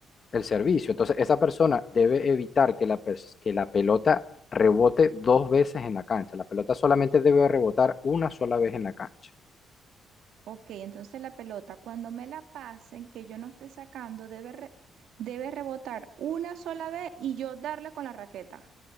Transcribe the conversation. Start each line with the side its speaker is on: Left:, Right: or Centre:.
Left: el servicio, entonces esa persona debe evitar que la, pers- que la pelota rebote dos veces en la cancha. La pelota solamente debe rebotar una sola vez en la cancha.
Right: Ok, entonces la pelota, cuando me la pasen, que yo no esté sacando, debe, re- debe rebotar una sola vez y yo darle con la raqueta.